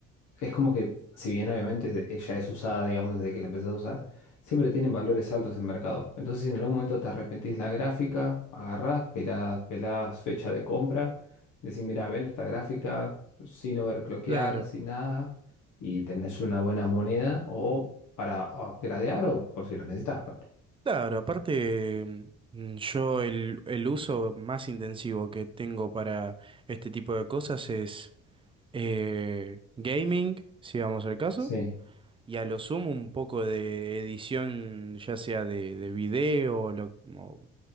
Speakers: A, on the left; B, on the right.
A: es como que, si bien obviamente de- ella es usada, digamos, desde que la empezás a usar, siempre tienen valores altos en mercado. Entonces, si en algún momento te arrepentís la gráfica, agarrás, pelás, pelás fecha de compra, decís, mira, vendo esta gráfica sin overclockear,
B: Claro,
A: sin nada, y tenés una buena moneda o para o a piratear o por si la necesitas. ponele.
B: claro, aparte mm, yo el, el uso más intensivo que tengo para este tipo de cosas es eh, gaming, si vamos al caso,
A: Sí.
B: y a lo sumo un poco de edición, ya sea de, de video, o lo- o-